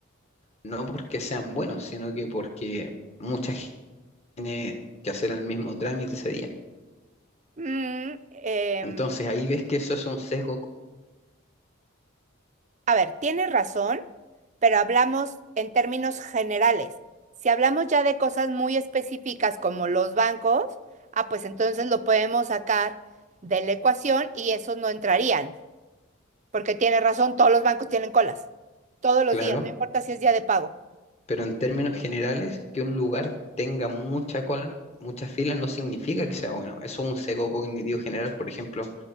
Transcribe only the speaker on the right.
Mm, em,
a ver, tienes razón, pero hablamos en términos generales. Si hablamos ya de cosas muy específicas como los bancos, ah, pues entonces lo podemos sacar de la ecuación y esos no entrarían, porque tienes razón, todos los bancos tienen colas, todos los
días, no importa si es día de pago.